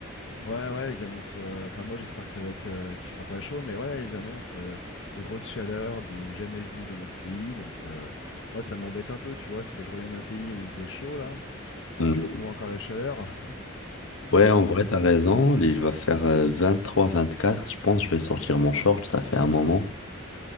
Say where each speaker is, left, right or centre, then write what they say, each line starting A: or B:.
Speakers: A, on the left; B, on the left.
A: ouais, ouais, ils annoncent, euh, enfin, moi, j'espère que ça va être, euh, qu'il fera pas chaud, mais ouais, ils annoncent euh, des grosses chaleurs du jamais vu dans notre pays, donc, euh, moi, ça m'embête un peu, tu vois, parce que je reviens d'un pays où il faisait chaud, là. Alors
B: Hmm.
A: je retrouve encore la chaleur. <laughs>
B: Ouais,
A: Donc bon,
B: en vrai, t'as raison. Il va faire 23-24. Je pense que je vais sortir mon short. Ça fait un moment.